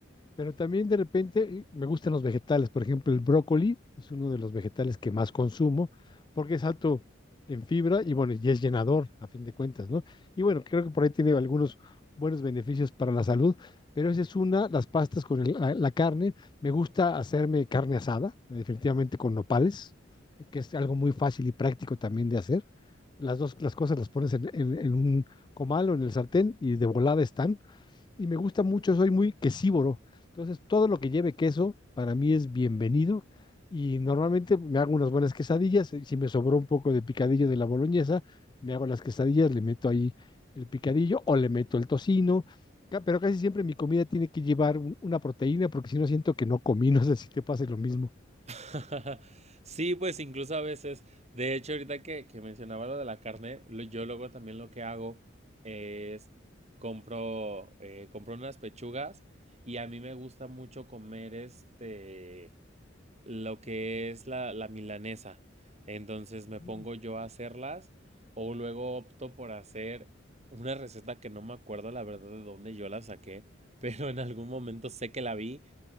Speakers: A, on the left; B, on the right.
A: Pero también de repente eh, me gustan los vegetales. Por ejemplo, el brócoli es uno de los vegetales que más consumo porque es alto en fibra y bueno, y es llenador a fin de cuentas, ¿no? Y bueno, creo que por ahí tiene algunos buenos beneficios para la salud, pero esa es una, las pastas con el- la, la carne. Me gusta hacerme carne asada, definitivamente con nopales, eh, que es algo muy fácil y práctico también de hacer. Las dos, las cosas las pones en, en- en un comal o en el sartén y de volada están y me gusta mucho, soy muy quesívoro. Entonces, todo lo que lleve queso para mí es bienvenido y normalmente me hago unas buenas quesadillas. y Si me sobró un poco de picadillo de la boloñesa, me hago las quesadillas, le meto ahí el picadillo o le meto el tocino. Ca- Pero casi siempre mi comida tiene que llevar un- una proteína porque si no siento que no comí, <laughs> no sé si te pase lo mismo.
B: <laughs> Sí, pues incluso a veces, de hecho, ahorita que, que mencionaba lo de la carne, lo- yo luego también lo que hago es compro, eh, compro unas pechugas y a mí me gusta mucho comer este. lo que es la, la milanesa. Entonces me pongo
A: Mm,
B: yo a hacerlas o luego opto por hacer una receta que no me acuerdo la verdad de dónde yo la saqué, <laughs> pero en algún momento sé que la vi,